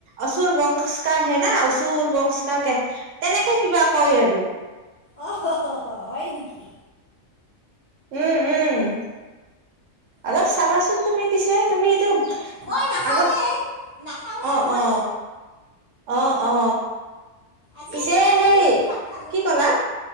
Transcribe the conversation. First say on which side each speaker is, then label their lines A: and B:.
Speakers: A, on the right (about 70°); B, on the left (about 50°).
A: অচুৰ বংচ কা হে না, অচুৰ বংচ কা। তেনেকে কিবা কয় আৰু।
B: অ হ-হ-হ হয় নেকি?
A: উম, উম অলপ
B: অ'
A: চাবাচোন তুমি। পিছে তুমি এইটো
B: মই নাখাওঁৱেই
A: আগত,
B: নাখাওঁৱেই
A: অ-অ।
B: মই
A: অ, অ
B: আজি
A: পিছে
B: অলপ জোলেদি
A: সেই
B: ভাত খালোঁ
A: কি ক'লা?